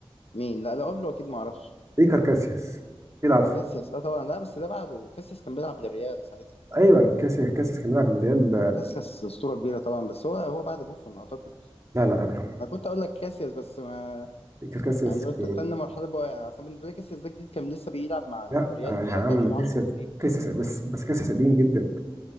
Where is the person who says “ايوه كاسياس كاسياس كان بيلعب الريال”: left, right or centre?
Right